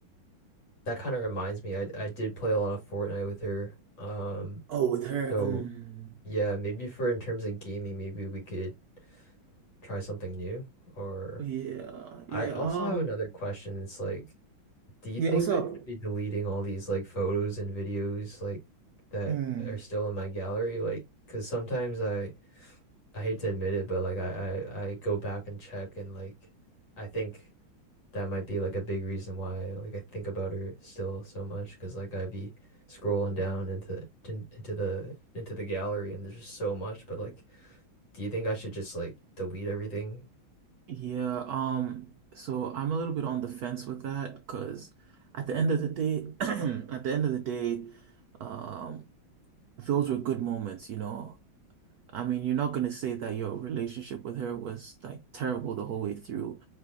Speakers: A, on the left; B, on the right.
A: That kind of reminds me, I I did play a lot of Fortnite with her. Um,
B: Oh, with her.
A: so
B: Um,
A: yeah, maybe for in terms of gaming, maybe we could try something new. Or
B: yeah,
A: I
B: yeah.
A: also
B: Um,
A: have another question. It's like Do you
B: yeah.
A: think
B: What's up?
A: I should be deleting all these like photos and videos like that
B: Mm,
A: are still in my gallery? Like, because sometimes I I hate to admit it, but like I, I I go back and check and like I think that might be like a big reason why like I think about her still so much because like I'd be scrolling down into in- into the into the gallery and there's just so much. But like, do you think I should just like delete everything?
B: yeah. Um. So I'm a little bit on the fence with that because at the end of the day, <clears throat> at the end of the day, um, those were good moments, you know. I mean, you're not gonna say that your relationship with her was like terrible the whole way through.